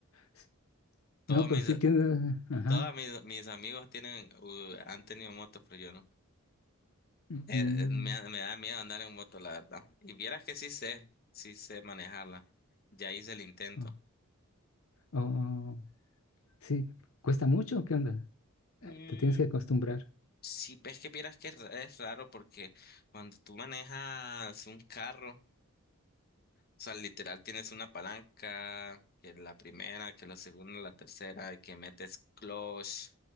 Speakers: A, on the left; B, on the left.
A: S-
B: Todos
A: No, pero
B: mis,
A: sí tiene. Ajá.
B: todas mis, mis amigos tienen, uh, han tenido motos, pero yo no.
A: mm,
B: Eh, eh, me, me da miedo andar en moto, la verdad. Y vieras que sí sé, sí sé manejarla. Ya hice el intento.
A: oh, oh, sí, cuesta mucho. o ¿Qué onda?
B: Mm,
A: Te tienes que acostumbrar.
B: Sí, ves que vieras que es ra- es raro porque cuando tú manejas un carro, o sea, literal tienes una palanca, que la primera, que la segunda, la tercera, y que metes clutch